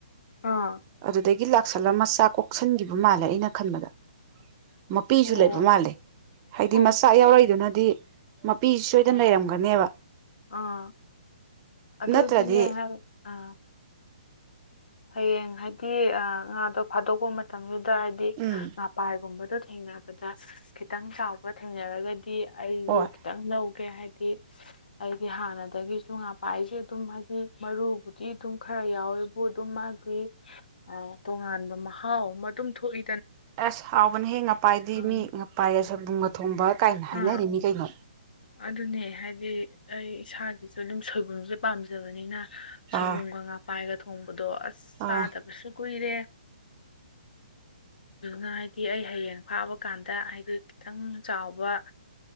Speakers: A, on the left; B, on the right.
A: ꯑꯥ
B: ꯑꯗꯨ ꯂꯥꯛ ꯀꯥꯛꯁꯜꯂ ꯃꯆꯥ ꯀꯣꯛꯁꯟꯈꯤꯕ ꯃꯥꯜꯂꯦ ꯑꯩꯅ ꯈꯟꯕꯗ ꯃꯄꯤꯁꯨ
A: ꯑꯣ
B: ꯂꯩꯕ ꯃꯥꯜꯂꯦ ꯍꯥꯏꯗꯤ
A: ꯑꯣ
B: ꯃꯆꯥ ꯌꯥꯎꯔꯛꯏꯗꯨꯅꯗꯤ ꯃꯄꯤꯁꯤ ꯁꯣꯏꯗꯅ
A: ꯑꯥ
B: ꯂꯩꯔꯝꯒꯅꯦꯕ
A: ꯑꯥ ꯑꯗꯨꯗꯤꯅꯦ
B: ꯅꯠꯇ꯭ꯔꯗꯤ
A: ꯍꯥꯏ ꯑꯥ ꯍꯌꯦꯡ ꯍꯥꯏꯗꯤ ꯉꯥꯗꯣ ꯐꯥꯗꯣꯛꯄ ꯃꯇꯝ ꯃꯇꯝꯗꯨꯗ ꯍꯥꯏꯗꯤ
B: ꯎꯝ
A: ꯃꯄꯥꯏꯒꯨꯝꯕꯗꯣ ꯊꯦꯡꯅꯕꯗ ꯈꯤꯇꯪ ꯆꯥꯎꯕ ꯊꯦꯡꯅꯔꯒꯗꯤ ꯑꯩꯁꯨ
B: ꯍꯣꯏ
A: ꯈꯤꯇꯪ ꯂꯧꯒꯦ ꯍꯥꯏꯗꯤ ꯑꯩꯗꯤ ꯍꯥꯟꯅꯗꯒꯤꯁꯨ ꯄꯥꯏꯁꯦ ꯑꯗꯨꯝ ꯍꯥꯏꯗꯤ ꯃꯔꯨꯕꯨꯗꯤ ꯑꯗꯨꯝ ꯈꯔ ꯌꯥꯎꯋꯦꯕꯨ ꯑꯗꯨꯝ ꯃꯥꯒꯤ ꯇꯣꯉꯥꯟꯕ ꯃꯍꯥꯎ ꯑꯃ ꯑꯗꯨꯝ ꯊꯣꯛꯏ
B: ꯑꯁ ꯍꯥꯎꯕꯅꯦꯍꯦꯛ ꯉꯄꯥꯏꯗꯤ
A: ꯎꯝ
B: ꯃꯤ ꯉꯄꯥꯏ ꯑꯁ ꯕꯨꯡꯒ ꯊꯣꯡꯕ ꯀꯥꯏꯅ ꯍꯥꯏꯅꯔꯤ
A: ꯑꯥ
B: ꯃꯤ ꯀꯩꯅꯣ
A: ꯑꯗꯨꯅꯦ ꯍꯥꯏꯗꯤ ꯑꯩ ꯏꯁꯥꯗꯁꯨ ꯑꯗꯨꯝ ꯁꯣꯏꯕꯨꯝꯁꯦ ꯄꯥꯝꯖꯕꯅꯤꯅ ꯁꯣꯏꯕꯨꯝꯒ
B: ꯑꯥ
A: ꯉꯥ ꯄꯥꯏꯒ ꯊꯣꯡꯕꯗꯣ ꯑꯁ
B: ꯑꯥ
A: ꯆꯥꯗꯕꯁꯨ ꯀꯨꯏꯔꯦ ꯍꯥꯏꯗꯤ ꯑꯩ ꯍꯌꯦꯡ ꯐꯥꯕ ꯀꯥꯟꯗ ꯍꯥꯏꯗꯤ ꯈꯤꯇꯪ ꯆꯥꯎꯕꯝ